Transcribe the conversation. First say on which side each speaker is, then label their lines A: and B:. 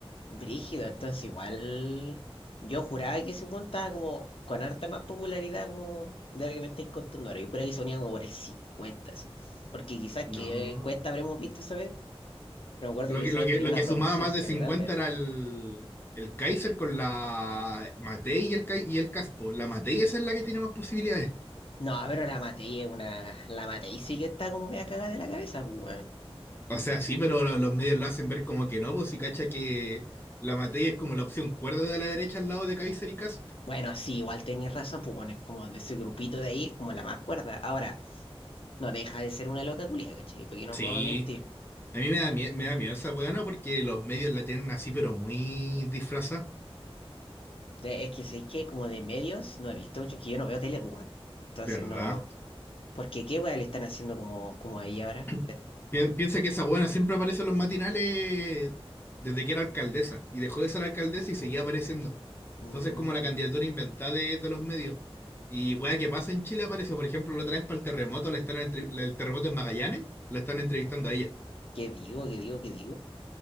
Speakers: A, on the left; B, on the left.
A: brígido, entonces igual yo juraba que ese weón estaba como con harta más popularidad como de lo que me estáis contando ahora. Yo juraba que sonía como por el 50 así. Porque quizás
B: No.
A: que cuesta habremos visto esa vez, pero me acuerdo
B: Lo
A: que
B: que,
A: esa
B: lo
A: vez
B: que,
A: tenía
B: lo
A: una
B: que
A: proporción
B: sumaba más
A: súper
B: de 50
A: grande.
B: era el, el Kaiser con la Matei y el, Kai- y el Caspo. La Matei esa es la que tiene más posibilidades.
A: No, pero la Matei es una. La Matei sí que está como media cagada de la cabeza, pues, weón.
B: O sea, sí, pero lo- los medios lo hacen ver como que no, pues si cacha que la materia es como la opción cuerda de la derecha al lado de Kaiser y Cast.
A: Bueno, sí, igual tenéis razón, pues, weón, es como de ese grupito de ahí, como la más cuerda. Ahora, no deja de ser una loca culia, ¿cachai? Porque no
B: Sí,
A: puedo mentir.
B: a mí me da, mie- me da miedo esa weona porque los medios la tienen así, pero muy disfrazada,
A: De- es que sé que como de medios no he visto mucho, que yo no veo tele, pues, weón. Entonces
B: ¿verdad?
A: no. Porque qué weón le están haciendo como, como ahí ahora.
B: <clears throat>
A: Le-
B: Pi- piensa que esa buena siempre aparece en los matinales desde que era alcaldesa y dejó de ser alcaldesa y seguía apareciendo.
A: Mm,
B: Entonces, como la candidatura inventada de, de los medios. Y weá, ¿qué pasa en Chile? Aparece, por ejemplo, la otra vez para el terremoto, la están entrevi- la- el terremoto en Magallanes, la están entrevistando a ella.
A: ¿qué digo? ¿Qué digo? ¿Qué digo?